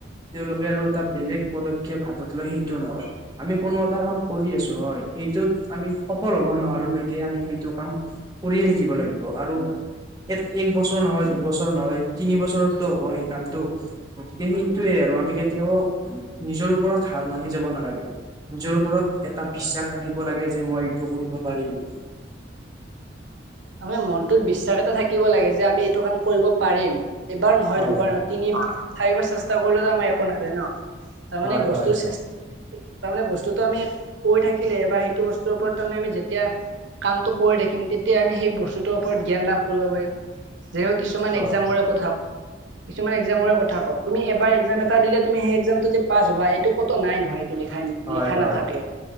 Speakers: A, on the right; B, on the right.
A: তেওঁলোকে আৰু এটা বেলেগ পদক্ষেপ হাতত লৈ সেইটো নহয়। আমি কোনো এটা কাম কৰি আছো হয় সেইটোত আমি সফল হব নোৱাৰলৈকে আমি সেইটো কাম কৰিয়ে থাকিব লাগিব আৰু এক এক বছৰ নহয় দুবছৰ নহয় তিনি বছৰতটো হ'ব সেই কামটো। গতিকে সেইটোৱে আৰু আমি কেতিয়াওঁ নিজৰ ওপৰত হাৰ মানি যাব নালাগে। নিজৰ ওপ ওপৰত এটা বিশ্বাস ৰাখিব লাগে, যে মই এইটো কৰিব পাৰিমেই।
B: আমাৰ মনটোত বিশ্বাস এটা থাকিব লাগে, যে আমি এইটো কাম কৰিব পাৰিম। এবাৰ নহয়,
A: হয়
B: দুবাৰ নহয়, তিনিবাৰ, চাৰিবাৰ চেষ্টা কৰিলেতো আমাৰ একো নাযায় নহ। তাৰমানে
A: হয়
B: বস্তুৰ
A: হয়
B: চেষ্টা। তাৰমানে বস্তুটো আমি কৰি থাকিলে বা সেইটো বস্তুৰ ওপৰত তাৰমানে আমি যেতিয়া কামটো কৰি থাকিম, তেতিয়া আমি সেই বস্তুটোৰ ওপৰত জ্ঞান লাভ কৰিব পাৰিম। যি হওঁক কিছুমান
A: হয়
B: এক্সামৰে কথা। কিছুমান এক্সামৰে কথা কওঁ। তুমি এবাৰ এক্সাম এটা দিলে তুমি সেই এক্সামটো যে পাছ হ'বা এইটো ক'তো নাই নহয়। টো লিখাইন
A: হয়
B: লিখা
A: হয়
B: নাথাকে।